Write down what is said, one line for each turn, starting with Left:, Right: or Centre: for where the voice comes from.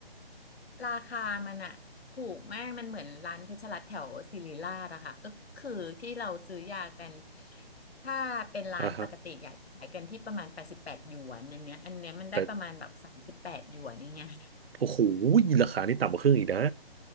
Left: ราคามันอะถูกมากมันเหมือนร้านเพชรรัตน์แถวศิริราชอะค่ะก็คือที่เราซื้อยากันถ้าเป็นร้านปกติอะจะขายกันที่ประมาณแปดสิบแปดหยวนอันเนี้ยอันเนี้ยมันได้ประมาณแบบสามสิบแปดหยวนอย่างเงี้ย
Right: อ่าฮะแต่โอ้โหราคานี่ต่ำกว่าครึ่งอีกนะ